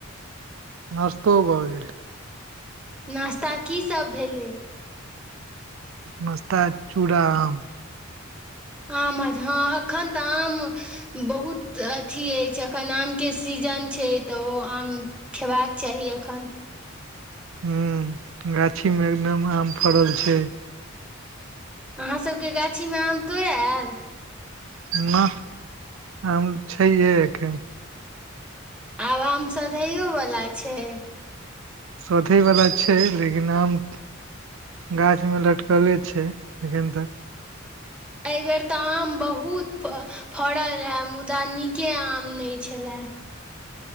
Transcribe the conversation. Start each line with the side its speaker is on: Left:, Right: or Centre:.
Right: नस्तो भऽ गेलैय
Centre: नास्ता की सब भेलै।
Right: नस्ता चूड़ा आम
Centre: आम हँ एखन तऽ आम बहुत अथी अइछ एखन आमके सीजन छइ तऽ ओ आम खेबाक चाही अखन
Right: ह गाछी में एकदम आम फड़ल छै।
Centre: अहाँसभके गाछीमे आम तोड़अ आयल
Right: ना आम छइहे एखन।
Centre: आब आम सधैयोवला छय।
Right: सधैवला छई, लेकिन आम गाछ में लटकले छय एखन तक
Centre: एहि बेर तऽ आम बहुत फड़ल रहए मुदा नीके आम नहि छलए